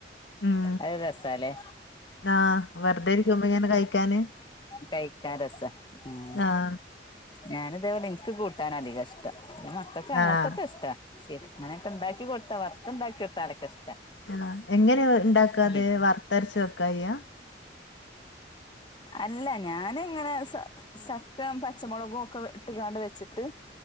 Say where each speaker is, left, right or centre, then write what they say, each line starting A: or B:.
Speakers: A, on the left (about 80°); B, on the left (about 25°).
A: ഉം
B: അത് രസാ അല്ലേ?
A: ആഹ് വെറുതെ ഇരിക്കുമ്പങ്ങനെ കഴിക്കാന്.
B: കഴിക്കാൻ രസാ ഉം
A: ആഹ്
B: ഞാന് അതേപോലെ എനിക്ക് കൂട്ടാൻ അധികം ഇഷ്ടം. മക്കൾക്ക് അങ്ങനത്തൊക്ക
A: ആഹ്
B: ഇഷ്ടാ ശെ അങ്ങനൊക്കെ ഉണ്ടാക്കി കൊടുത്താ വർത്ത് ഉണ്ടാക്കി കൊടുത്താ ഇഷടാ.
A: ആ എങ്ങനെ ഉണ്ടാക്കാത്
B: പിന്നെ
A: വർത്തരച്ചെക്ക ചെയ്യ.
B: അല്ല ഞാന് ഇങ്ങനെ സ ശക്കയും പച്ചമുളകും ഒക്കെ ഇട്ട് കാണ്ട് വെച്ചിട്ട്